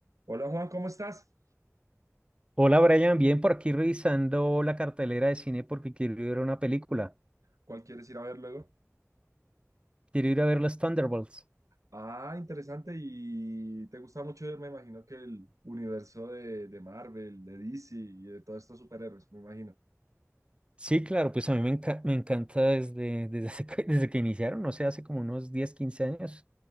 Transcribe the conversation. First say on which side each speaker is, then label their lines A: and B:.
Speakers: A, on the right; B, on the right.
A: Hola Juan, ¿cómo estás?
B: Hola Brian, bien por aquí revisando la cartelera de cine porque quiero ir a ver una película.
A: ¿Cuál quieres ir a ver luego?
B: Quiero ir a ver los Thunderbolts.
A: Ah, interesante. Y te gusta mucho, me imagino que el universo de, de Marvel, de DC y de todos estos superhéroes, me imagino.
B: Sí, claro, pues a mí me, enca- me encanta desde, <laughs> desde, hace que, <laughs> desde que iniciaron, no sé, hace como unos 10, 15 años.